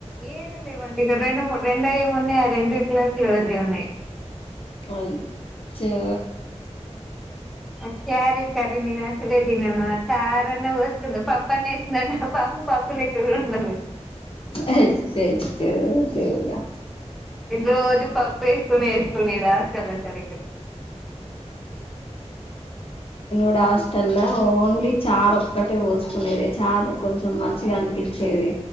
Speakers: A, in the centre; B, on the left (about 50°).
A: ఏడ లేవంట ఇగ రెండు మూడు రెండు అయ్యామ్ - ఉన్నాయి ఆ రెండిట్ల క్లోజ్ యే ఉన్నయి.
B: అయ్యో
A: ఆ క్యారెట్ కర్ నేను తిన అసలే తినను ఆ చారాన్న వోసుకున్న పప్పు అన్న ఎసుకుదం అంటే పప్పు పప్పు లెక్క కూడా ఉండది.
B: అయ్యయ్యో దేవుడా,
A: నేను రోజు పప్పు వేసుకొనే వేసుకోనేద హాస్టల్లో సరిగ్గా
B: ఈడ హాస్టల్ ల ఓన్లీ చార్ ఒక్కటే వోసుకునేది చార్ కొంచెం మంచిగా అనిపించేది,